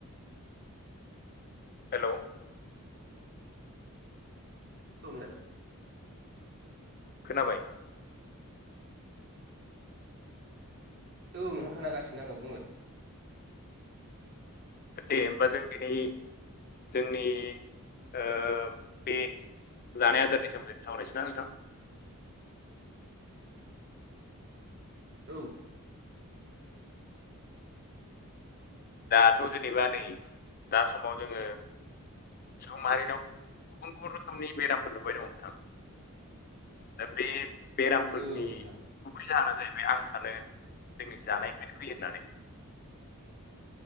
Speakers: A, on the left (about 40°); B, on the right (about 50°).
A: हेलौ।
B: औ <unintelligible>
A: खोनाबाय?
B: औ नोंथां खोनागासिनो आङो बुंलाय।
A: दे होमबा जों दिनै जोंनि ओ बे जानाय आदारनि सोमोन्दै सावरायसै ना नोंथां?
B: औ।
A: दाथ' जेनेबा नै दा समाव जोङो सुबुं माहारिनाव गुबुन गुबुन रोखोमनि बेरामफोर नुबाय दङ' नोंथां। दा बे बेरामफोरनि
B: औ नोंथां
A: गुबै जाहोना जाहैबाय आं सानो जोंनि जानायनिफ्रायनो फैयो होननानै।